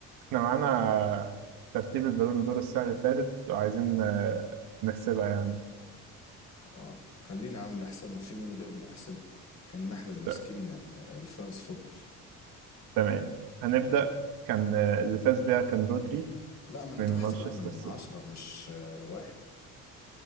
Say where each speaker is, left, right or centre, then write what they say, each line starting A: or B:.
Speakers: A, on the right; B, on the left.
A: احنا معانا ترتيب البالون دور السنة اللي فاتت وعايزين آه، نحسبها يعني
B: اه خلينا يا عم نحسمها في مين غيرنا يحسمها كنا احنا اللي ماسكين
A: ت-
B: آه، الفرنس فوتبول
A: تمام هنبدأ كان آه، اللي فاز بيها كان رودري
B: لا من
A: من
B: تحت
A: مانشستر
B: بقى من
A: سيتي
B: عشرة مش آه، واحد